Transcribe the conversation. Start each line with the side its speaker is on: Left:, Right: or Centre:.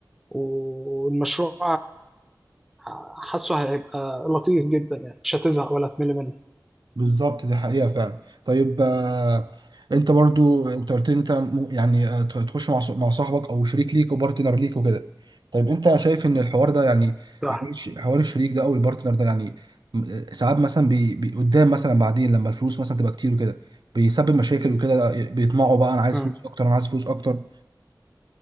Centre: والمشروع آه، حاسه هيبقى لطيف جدا يعني مش هتزهق ولا تمل منه
Right: بالظبط دي حقيقة فعلا طيب آه، انت برضو انت قلت لي انت م- يعني آه، ت- تخش مع ص- مع صاحبك او شريك ليك وبارتنر ليك وكده طيب انت شايف ان الحوار ده يعني
Centre: صح
Right: حوار الش- حوار الشريك ده او البارتنر ده يعني م- آه، ساعات مثلا بي بي- قدام مثلا بعدين لما الفلوس مثلا تبقى كتير وكده بيسبب مشاكل وكده بيطمعوا بقى انا عايز
Centre: مم.
Right: فلوس اكتر انا عايز فلوس اكتر